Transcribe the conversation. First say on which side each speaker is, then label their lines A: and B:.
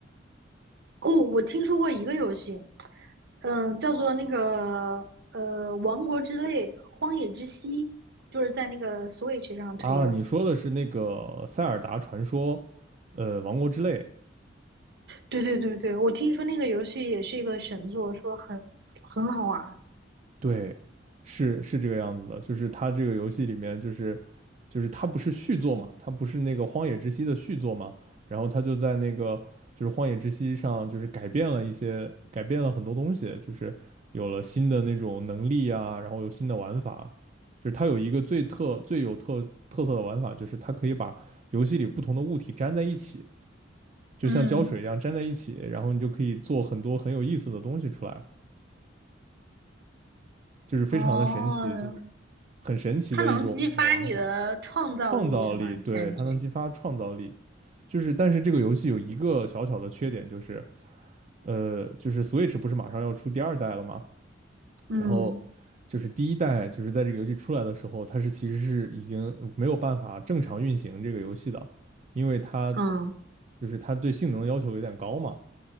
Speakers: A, on the right (about 60°); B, on the right (about 40°).
A: 哦，我听说过一个游戏，嗯、叫做那个呃《王国之泪：荒野之息》，就是在那个 Switch 上推的。
B: 啊。你说的是那个《塞尔达传说》，呃，《王国之泪》
A: 对对对对，我听说那个游戏也是一个神作，说很很好玩
B: 对，是是这个样子的，就是它这个游戏里面，就是就是它不是续作嘛，它不是那个《荒野之息》的续作嘛，然后它就在那个就是《荒野之息》上，就是改变了一些，改变了很多东西，就是有了新的那种能力啊，然后有新的玩法，就是它有一个最特最有特特色的玩法，就是它可以把游戏里不同的物体粘在一起，就像胶水一样粘在一起，
A: 嗯，
B: 然后你就可以做很多很有意思的东西出来。就是非常的神奇，
A: 哦，
B: 就是很神奇的一种一种玩法，
A: 它能激发你的创造力是吗？
B: 创造力，对，
A: 感觉，
B: 它能激发创造力。就是但是这个游戏有一个小小的缺点，就是呃，就是 Switch 不是马上要出第二代了吗？
A: 嗯
B: 然后就是第一代，就是在这个游戏出来的时候，它是其实是已经没有办法正常运行这个游戏的，因为它
A: 嗯
B: 就是它对性能要求有点高嘛。